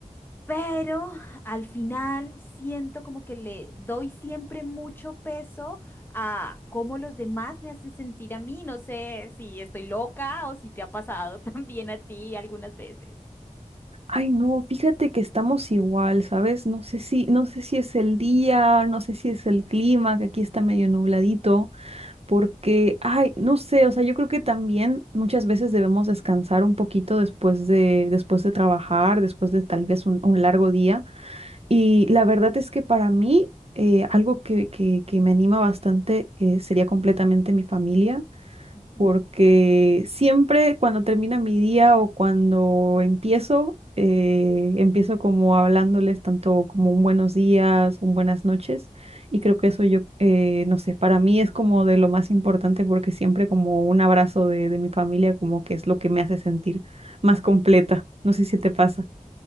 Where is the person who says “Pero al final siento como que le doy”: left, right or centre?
Left